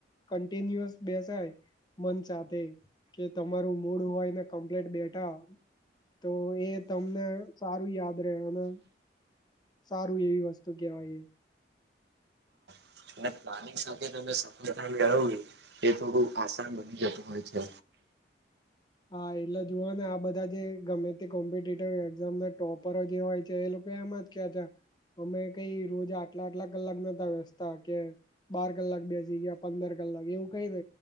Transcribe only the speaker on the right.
<unintelligible> એક સાથે તમે સફળતા મેળવી એ થોડું આસાન બની જતું હોય છે.